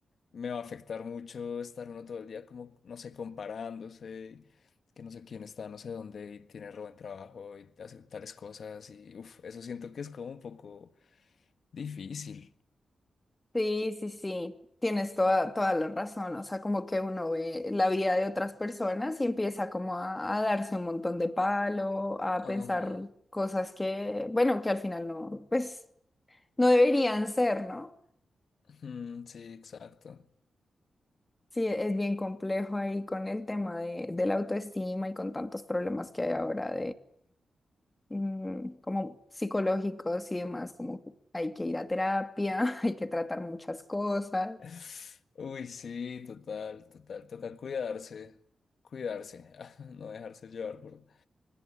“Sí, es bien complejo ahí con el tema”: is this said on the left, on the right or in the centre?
Left